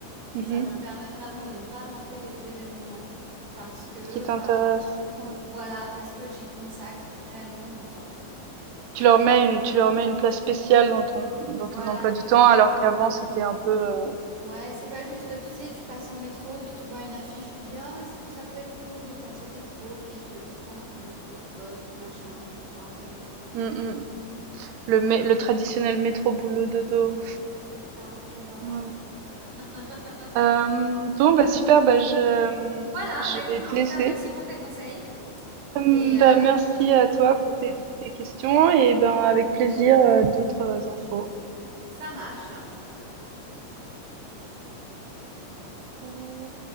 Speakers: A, on the right; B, on the right.
A: Mmh
B: ça me permet vraiment de ne pas manquer les événements parce que,
A: Qui t'intéresse,
B: euh,
A: ouais.
B: voilà, parce que j'y consacre réellement du temps.
A: Tu leur mets une tu leur mets une place spéciale dans ton dans
B: Voilà.
A: ton emploi du temps alors qu'avant c'était un peu, heu,
B: Ouais, c'est pas juste, tu sais, tu passes en métro, puis tu vois une affiche, tu dis, ah, ça, ça peut être cool de faire cette expo, puis tu t'y penses plus parce que tu bosses, tu machin, tu vois. Donc, euh,
A: mmh mh. Le, mé- le traditionnel métro boulot dodo.
B: c'est ça, quelle horreur.
A: Ouais.
B: <laughs>
A: Euh, bon, bah super, bah je,
B: Voilà,
A: je
B: bah écoute,
A: vais
B: mais
A: te
B: en
A: laisser.
B: tout cas, merci pour tes conseils.
A: Hum,
B: Et euh,
A: Bah, merci à toi pour tes, tes questions et ben avec plaisir euh, d'autres infos.
B: ça marche.
A: Euh,